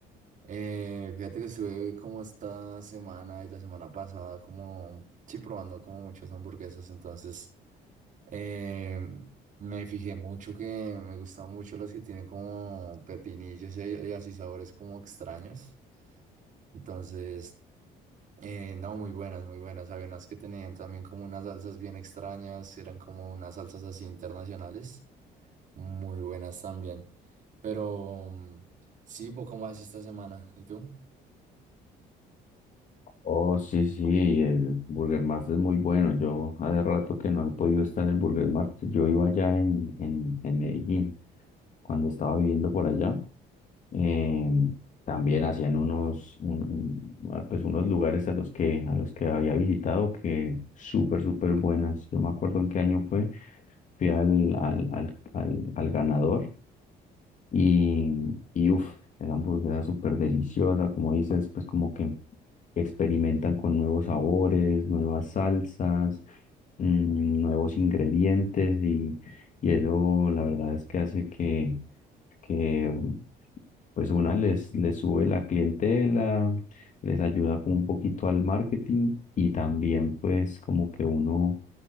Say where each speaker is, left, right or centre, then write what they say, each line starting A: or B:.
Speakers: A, on the right; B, on the left.
A: Eh, fíjate que estuve como esta semana y la semana pasada como, sí, probando como muchas hamburguesas, entonces eh, me fijé mucho que me gustan mucho las que tienen como pepinillos y, y así sabores como extraños, entonces, eh, no, muy buenas, muy buenas, había unas que tenían también como unas salsas bien extrañas, eran como unas salsas así internacionales, muy buenas también, pero mm, sí, poco más esta semana, ¿y tú?
B: Oh, sí, sí, el Burger Mart es muy bueno. Yo hace rato que no he podido estar en Burger Mart. Yo iba allá en, en, en Medellín. cuando estaba viviendo por allá. eh, también hacían unos, un- un- ah, pues unos lugares a los que, a los que había visitado que súper, súper buenas. Yo me acuerdo en qué año fue. Fui al, al, al, al, al ganador y, y uff, esa hamburguesa súper deliciosa. Como dices, pues como que experimentan con nuevos sabores, nuevas salsas, mm, nuevos ingredientes y, y eso la verdad es que hace que que pues una les, les sube la clientela, les ayuda como un poquito al marketing y también pues como que uno